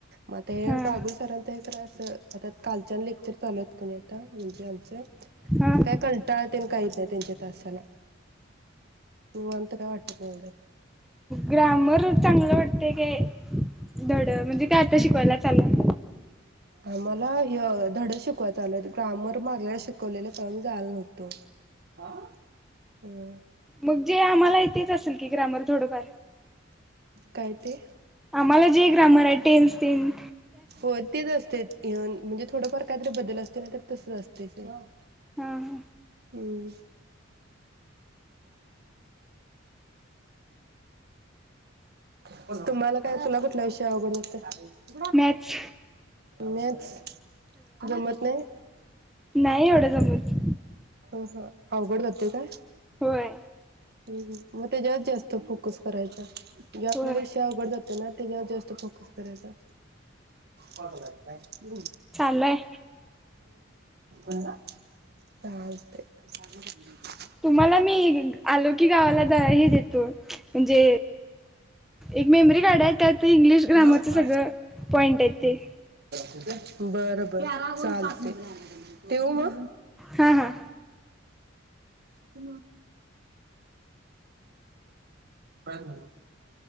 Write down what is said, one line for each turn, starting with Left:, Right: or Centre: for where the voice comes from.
Right: म ते
Centre: हा
Right: बागुल सरांचं तर अस कालच्या लेक्चर चालूयेत की नाय म्हणजे आमचं
Centre: हा
Right: आता कंटाळा येत नाही काही येत नाही त्यांच्या तासाला निवांत काय वाटत नाही एवढ
Centre: ग्रामर चांगलं वाटतय काय धड म्हणजे काय? ते शिकवायला चाललंय
Right: आम्हाला यो धड शिकवायला चालू होतं ग्रामर मागल शिकवलेलं झाला नव्हत ह हम
Centre: म्हणजे आम्हाला इथेच असेल की ग्रामर थोडंफार
Right: काय ते?
Centre: आम्हाला जे ग्रामर आहे टेनस टेन
Right: होयं तेच असते येऊन म्हणजे थोडंफार काहीतरी बदल असते ना तर तसंच असतयं <unintelligible>
Centre: हा हा
Right: हम्म <unintelligible> तुम्हाला काय तुला कुठला विषय अवघड जात
Centre: मॅथ्स
Right: मॅथ्स जमत नाही
Centre: नाही एवढं जमत
Right: ह अवघड जातोय काय?
Centre: होय
Right: हम् हम मग त्याच्यात जास्त फोकस करायचा जो आपल्याला
Centre: होय
Right: विषय अवघड जातोय ना त्याच्यावर जास्त फोकस करायचा ह् हम्
Centre: चालू आहे
Right: ह <unintelligible> चालतेयं
Centre: तुम्हाला मी आलो की गावाला हे देतो म्हणजे एक मेमरी कार्ड आहे त्यात ते इंग्लिश
Right: चालतंय.
Centre: ग्रामरच सगळं पॉइंट आहे ते
Right: बरं बर पॅरागॉन पाच नंबर चालते ठेवू मग
Centre: हां हां
Right: <inaudible> <unintelligible> काय झाल